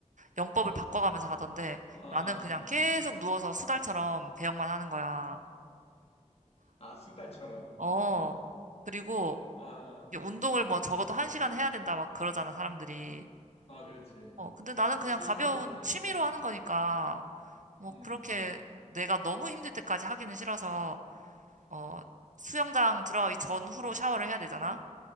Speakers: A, on the right; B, on the left.
A: 영법을 바꿔가면서 하던데
B: 아, 아.
A: 나는 그냥 계속 누워서 수달처럼 배영만 하는 거야.
B: 아, 수달처럼.
A: 어.
B: 응.
A: 그리고
B: 아,
A: 이게 운동을 뭐 적어도 한 시간 해야 된다 막 그러잖아, 사람들이.
B: 아, 그렇지.
A: 어. 근데 나는
B: 근데
A: 그냥
B: 수영은
A: 가벼운
B: 너무 힘들지.
A: 취미로 하는 거니까 뭐
B: 음.
A: 그렇게 내가 너무 힘들 때까지 하기는 싫어서 어. 수영장 들어가기 전후로 샤워를 해야 되잖아.